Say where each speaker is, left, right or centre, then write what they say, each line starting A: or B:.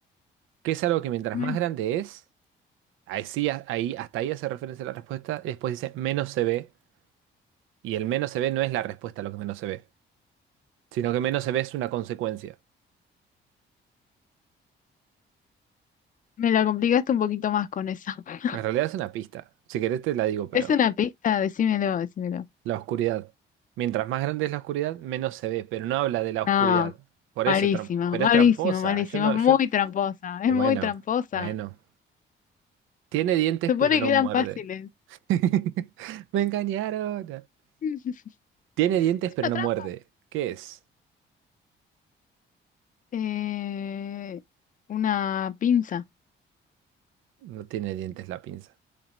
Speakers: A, on the right (about 85°); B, on the left (about 40°).
A: ¿Qué es algo que mientras
B: men-
A: más grande es? Ahí sí, a- ahí, hasta ahí hace referencia la respuesta. y Después dice menos se ve. Y el menos se ve no es la respuesta a lo que menos se ve, sino que menos se ve es una consecuencia.
B: me la complicaste un poquito más con eso. <laughs>
A: En realidad es una pista. Si querés te la digo, pero
B: Es una pista, decímelo, decímelo.
A: la oscuridad. Mientras más grande es la oscuridad, menos se ve, pero no habla de la oscuridad.
B: No, no,
A: Por
B: malísima,
A: eso es tram- pero
B: malísima,
A: es tramposa.
B: malísima.
A: Yo no,
B: Es muy
A: yo.
B: tramposa, es
A: Eh,
B: muy
A: bueno,
B: tramposa.
A: bueno. Tiene dientes,
B: supone
A: pero no
B: que eran
A: muerde.
B: fáciles.
A: <laughs> Me engañaron.
B: <laughs>
A: Tiene dientes,
B: Es
A: pero
B: una
A: no
B: trampa.
A: muerde. ¿Qué es?
B: Eh, una pinza.
A: No tiene dientes la pinza.